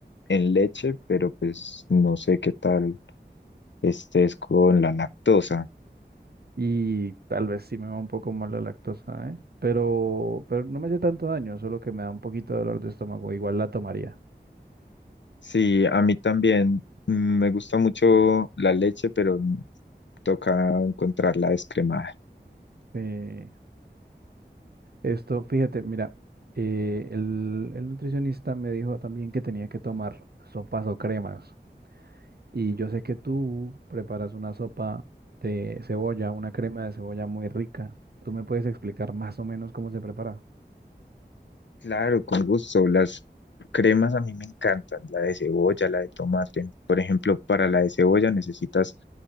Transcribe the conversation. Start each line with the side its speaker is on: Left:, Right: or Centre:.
Left: en leche, pero pues no sé qué tal estés con la lactosa.
Right: Y tal vez sí me va un poco mal la lactosa, ¿eh? Pero, pero no me hace tanto daño, solo que me da un poquito de dolor de estómago. Igual la tomaría.
Left: Sí, a mí también mm, me gusta mucho la leche, pero toca encontrarla descremada.
Right: Eh, esto, fíjate, mira, eh, el, el nutricionista me dijo también que tenía que tomar sopas o cremas. Y yo sé que tú preparas una sopa de cebolla, una crema de cebolla muy rica. ¿Tú me puedes explicar más o menos cómo se prepara?
Left: Claro, con gusto. Las cremas a mí me encantan, la de cebolla, la de tomate. Por ejemplo, para la de cebolla necesitas